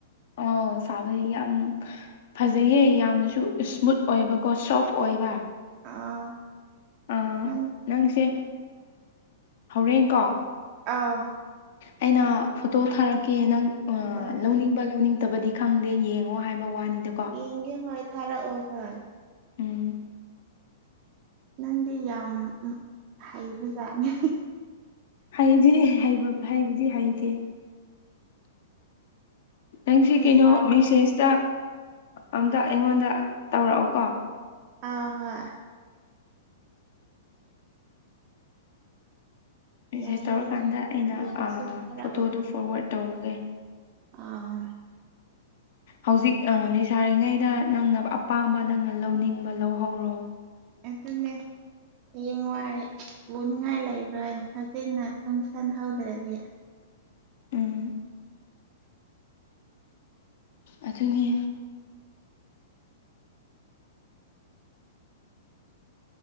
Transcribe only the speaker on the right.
ꯑ
ꯅꯪ
ꯑꯥ
ꯍꯣꯏ ꯍꯣꯏ
ꯌꯦꯡꯒꯦ ꯍꯣꯏ ꯊꯥꯔꯛꯑꯣ ꯈꯔ
ꯅꯪꯗꯤ ꯌꯥꯝ ꯍꯩꯕꯖꯥꯠꯅꯤ
ꯐꯤ
ꯁꯥꯕ
ꯑ ꯍꯣꯏ
ꯌꯥꯏꯌꯦ
ꯌꯥꯏ
ꯌꯦꯡꯁꯤ ꯊꯥꯔꯛꯑꯣ
ꯑꯥ
ꯑꯗꯨꯅꯦ ꯍꯌꯦꯡꯋꯥꯏ ꯄꯨꯅꯤꯡꯉꯥꯏ ꯂꯩꯔꯣꯏ ꯍꯧꯖꯤꯛꯅ ꯇꯨꯡ ꯁꯟꯍꯧꯗ꯭ꯔꯗꯤ